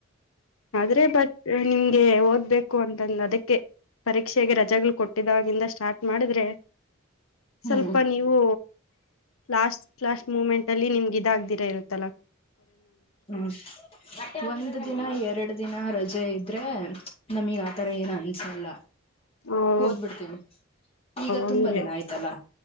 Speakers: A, on the left; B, on the left.
A: ಆದ್ರೆ ಬಟ್ ನಿಮ್ಗೆ ಓದ್ಬೇಕು ಅಂತಂದು ಅದಕ್ಕೆ ಪರೀಕ್ಷೆಗೆ ರಜೆಗಳು ಕೊಟ್ಟಿದಾಗಿಂದ ಸ್ಟಾರ್ಟ್ ಮಾಡಿದ್ರೆ.
B: ಹ್ಮ್
A: ಸ್ವಲ್ಪ ನೀವು ಲಾಸ್ಟ್ ಲಾಸ್ಟ್ ಮೂಮೆಂಟ್ ಅಲ್ಲಿ ನಿಮ್ಗೆ ಇದಾಗ್ದಿರಾ ಇರುತ್ತೆ. ತಲಾ.
B: ಹ್ಮ್ ಒಂದು ದಿನ
A: ಹ
B: ಎರಡು ದಿನ ರಜೆ ಇದ್ರೆ. ನಮಗ್ ಆತರ ಏನು ಅನ್ಸಲ್ಲ
A: ಹ
B: ಓದ್ಬಿಡ್ತೀವಿ ಈಗ
A: ಹಂಗೆ
B: ತುಂಬಾ ದಿನ ಆಯ್ತಲ್ಲ